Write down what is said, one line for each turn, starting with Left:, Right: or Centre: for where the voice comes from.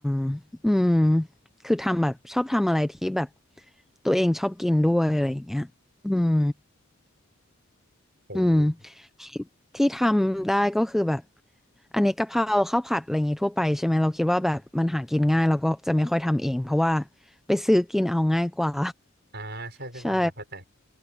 Centre: ำอืมคือทำแบบชอบทำอะไรที่แบบตัวเองชอบกินด้วยอะไรอย่างเงี้ยอืม
Right: โอ
Centre: อืม
Right: ้
Centre: ที่ที่ทำได้ก็คือแบบอันนี้กะเพราข้าวผัดอะไรอย่างงี้ทั่วไปใช่ไหมเราคิดว่าแบบมันหากินง่ายเราก็จะไม่ค่อยทำเองเพราะว่าไปซื้อกินเอาง่ายกว่า
Right: อ่าใช่ใช่ใช่ผมเข้าใจ
Centre: <laughs> ใช่